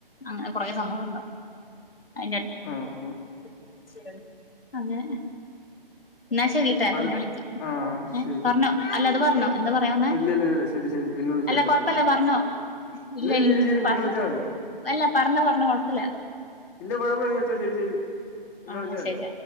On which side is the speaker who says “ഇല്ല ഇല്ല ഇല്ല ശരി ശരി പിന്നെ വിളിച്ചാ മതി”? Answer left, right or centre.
Left